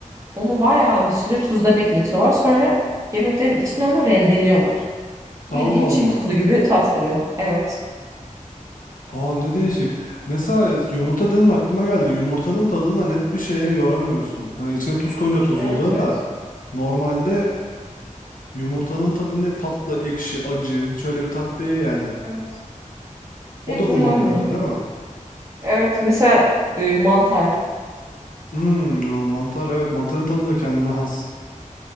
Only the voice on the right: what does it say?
onu bayağı bir süre tuzda bekletiyorlar sonra yemeklerin içine onu rendeliyorlar.
Bildiğin Çin
tuzu gibi tat veriyor. Evet.
Evet
evet.
Evet.
Direkt
umami.
Evet mesela e, mantar.